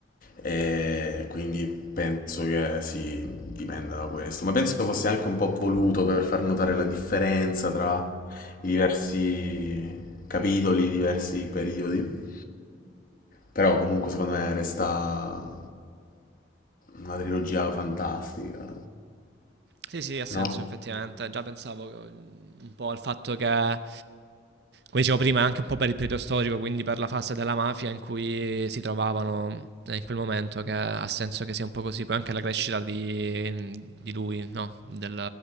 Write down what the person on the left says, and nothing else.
Eh, quindi penso che sì, dipenda da questo. Ma penso fosse anche un po' voluto per far notare la differenza tra i diversi capitoli, i diversi periodi. Però comunque secondo me resta una trilogia fantastica,
no?